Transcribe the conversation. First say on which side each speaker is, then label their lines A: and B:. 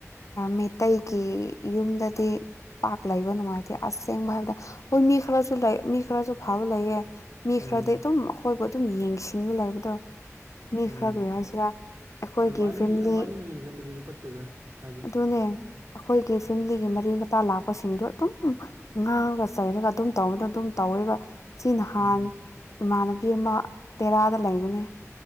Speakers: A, on the left; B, on the right.
A: ꯃꯤꯇꯩꯩꯒꯤ ꯌꯨꯝꯗꯗꯤ ꯄꯥꯛ ꯂꯩꯕ ꯅꯨꯡꯉꯥꯏꯇꯦ ꯑꯁꯁꯦꯡꯕ ꯍꯥꯏꯕꯗ ꯍꯣꯏ ꯃꯤ ꯈꯔꯁꯨ ꯂꯩ ꯃꯤ ꯈꯔꯁꯨ ꯐꯕ ꯂꯩꯌꯦꯦ ꯃꯤ
B: ꯎꯝ
A: ꯈꯔꯗꯤ ꯑꯗꯨꯝ ꯑꯩꯈꯣꯏꯕꯨ ꯑꯗꯨꯝ ꯌꯦꯡꯁꯤꯟꯕ ꯂꯩꯕꯗꯣ ꯃꯤ
B: ꯎꯝ
A: ꯈꯔ ꯀ ꯍꯥꯏꯁꯤꯔꯥ ꯑꯩꯈꯣꯏꯒꯤ
B: ꯑꯗꯨꯃꯥꯏꯅ
A: ꯐꯦꯃꯤꯂꯤ
B: ꯑꯗꯨꯃꯥꯏꯅ ꯌꯦꯡꯁꯤꯟꯕꯗꯨꯁꯨ ꯐꯠꯇꯦꯗ ꯍꯥꯏꯗꯤ
A: ꯑꯗꯨꯅꯦ ꯑꯩꯈꯣꯏꯒꯤ ꯐꯦꯃꯤꯂꯤꯒꯤ ꯃꯔꯤ ꯃꯇꯥ ꯂꯥꯛꯄꯁꯤꯡꯗꯣ ꯑꯗꯨꯝ ꯉꯥꯡꯉꯒ ꯆꯩꯔꯒ ꯑꯗꯨꯝ ꯇꯧꯕꯗꯣ ꯑꯗꯨ ꯑꯗꯨꯝ ꯇꯧꯋꯦꯕ ꯁꯤ ꯅꯍꯥꯟ
B: ꯎꯝ
A: ꯏꯃꯥꯟꯅꯕꯤ ꯑꯃ ꯇꯦꯔꯥꯗ ꯂꯩꯕꯅꯦ